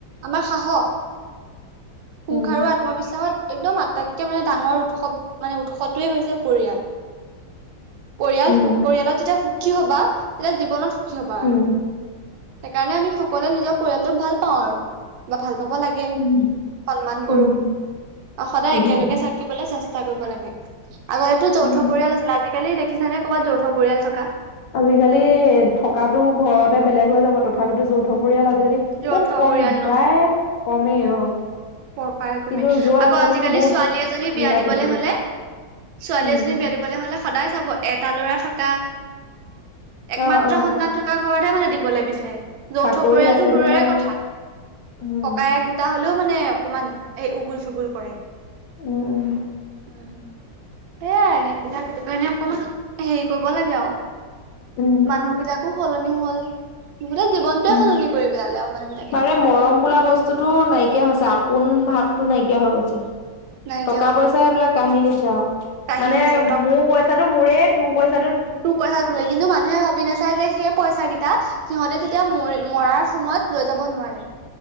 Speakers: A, on the right; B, on the left.
A: আমাৰ সাহস সুখ
B: উম,
A: আৰু এটা আত্মবিশ্বাসত একদম আটাইতকে মানে ডাঙৰ উৎসৱ মানে উৎসটোৱে হৈছে পৰিয়াল পৰিয়াল
B: উম,
A: পৰিয়ালত যেতিয়া সুখী হবা তেতিয়া জীৱনত সুখী হবা
B: উম,
A: আৰু সেইকাৰণে আমি সকলোৱে নিজৰ পৰিয়ালটোক ভাল পাওঁ আৰু বা ভাল পাব লাগে
B: উম, উম,
A: সন্মান কৰো
B: উম,
A: অ সদায়
B: উম,
A: একেলগে থাকিবলৈ চেষ্টা কৰিব লাগে আগতেো যৌথ
B: উম।
A: পৰিয়াল আছিলে আজি আালি দেখিছ নে ক'ৰবাত যৌথ পৰিয়াল চকা
B: আজিকালি এ থকাতো ঘৰতে বেলেগ হৈ যাব তথাপিতো যৌথ পৰিয়াল আজিকালি
A: যৌথ
B: খুব কম
A: পৰিয়াল
B: প্ৰায় কমেই অ
A: প পাৰ তুমি
B: কিন্তু য'ত
A: আকৌ
B: আছে
A: আজিকালি
B: নহয় বহুত
A: ছোৱালী এজনী বিয়া
B: মিলা
A: দিবলৈ
B: প্ৰীতিকে
A: হলে ছোৱালী
B: উম
A: এজনী বিয়া দিব চবলে হলে সদায় চাব এটা লৰা থকা
B: অ',
A: একমাত্ৰ
B: অ',
A: সন্তান থকা ককা ঘৰতহে মানে দিবলৈ বিচাৰে যৌথ
B: চাকৰি
A: পৰিয়ালটো
B: আছে
A: দূৰেৰে
B: নে নাই
A: কথা
B: উম
A: ককায়ে ত হ'লেও মানে অকমান এই গুল চগুল কৰে
B: উম উম
A: উ এইয়াই সেইবিলাক সেইটো কাৰণে অকমান হেৰি কৰিব লাগে আৰু
B: উম
A: মানুহ বিলাকো সলনি হ'ল গোয়া জীৱনটয়ে সলনি
B: উম
A: কৰি পেলালে আৰু মানুহ বিলাকে
B: মানে মৰম বোলা বস্তুতটো নাইকিয়া হৈছে আপোন ভাৱটো নাইকিয়া হৈ গৈছে
A: নাইকিয়া
B: টকা
A: হৈ
B: পইচা
A: গ'ল
B: এইবিলাক কহি নিছে আৰু
A: কাহিনীছে
B: মানে মোৰ পইচাটো মোৰে তোৰ পইচা
A: তইৰে কিন্তু মুহে ভ মি নচাই যে সেই পইচা কেইটা সিহঁতে যেতিয়া ম মৰাৰ সময়ত লৈ যাব নোৱাৰে